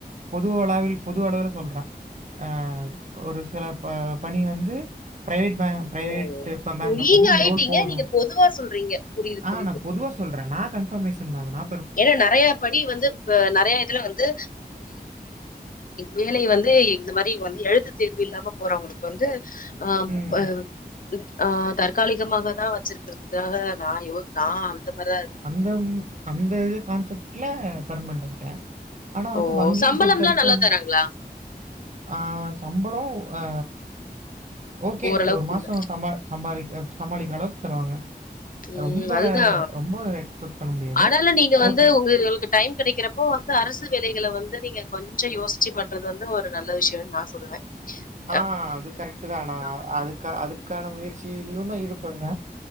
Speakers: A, on the right; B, on the left.
A: பொது அளவில் பொது அளவுல சொல்ற ஆ ஒரு சில ப பணி வந்து பிரைவேட் பேங்க் பிரைவேட்
B: ஓ!
A: பேங்க்ல
B: ஓ நீங்க
A: வந்து இந்த
B: ஆயிட்டீங்க.
A: ரோல் போதும்
B: நீங்க பொதுவா சொல்றீங்க. புரியுது,
A: ஆ
B: புரியுது.
A: நா பொதுவா
B: ம்.
A: சொல்ற சொல்றேன் நா கன்பர்மேஷன் தா நா
B: ஏன்னா நறைய பணி வந்து நறைய இதுல வந்து வேலை வந்து இந்த மாரி வந்து எழுத்து தேர்வு இல்லாம போறவங்களுக்கு வந்து ஆ
A: ம்.
B: ப ஆ தற்காலிகமாக தா வச்சிருக்கறது அதுக்காக நா யோ நான் அந்த மாரிதா இருக்க
A: தம் அந்த இது கான்செப்ட்ல பர்மனன்ட் ஆயிட்ட ஆனா வந்து
B: ஓ
A: வங்கிய
B: சம்பளம்லாம்
A: பொறுத்த வரைக்கு
B: நல்லா
A: வந்து
B: தராங்களா
A: ஆ சம்பளம் அ ஓகே
B: ஓரளவுக்கு
A: ஒரு
B: குடுக்குறேன்
A: மாசம் சம்ப சம்பாரிக்க சமாளிக்கற அளவுக்கு தருவாங்க
B: ம்
A: ரொம்ப
B: அதுதா
A: ரொம்ப எக்ஸ்பெக்ட் பண்ண முடியாது.
B: ஆனாலும் நீங்க வந்து
A: ஓகே.
B: உங்க டைம் கடைக்கிறப்போ வந்து அரசு வேலைைகள வந்து நீங்க கொஞ்ச யோசிச்சு பண்றது வந்து ஒரு நல்ல விஷயன்னு நா சொல்லுவே <inaudible>
A: ஆ அது கரெக்ட் தா ஆனா
B: பண்
A: அதுக்க அதுக்கான முயற்சியிலயும் தா ஈடுபடற